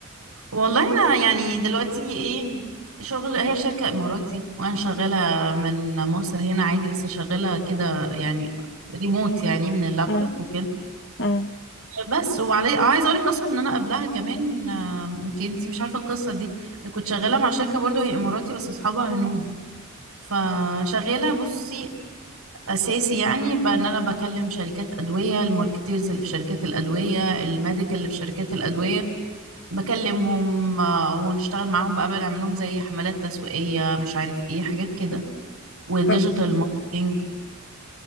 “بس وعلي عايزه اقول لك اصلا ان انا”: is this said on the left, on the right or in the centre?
Right